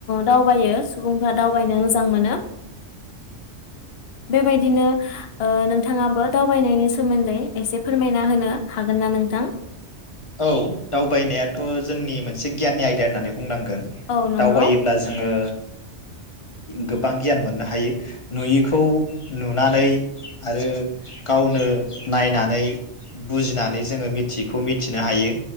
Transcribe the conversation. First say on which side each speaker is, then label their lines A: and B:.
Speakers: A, on the left (about 60°); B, on the left (about 30°).
A: दावबायो सुबुंफ्रा दावबायनो मोजां मोनो बेबायदिनो नोंथाङाबो दावबायनायनि सोमोन्दै एसे फोरमायना होनो हागोन ना नोंथां
B: औ दावबायनायाथ' जोंनि मोनसे गियाननि आयदा होननानै बुंनांगोन
A: औ नंगौ
B: दावायोब्ला जोङो गोबां गियान मोननो हायो नुयैखौ नुनानै आरो गावनो नायनानै बुजिनानै जोङो मिथियैखौ फिनो हायो।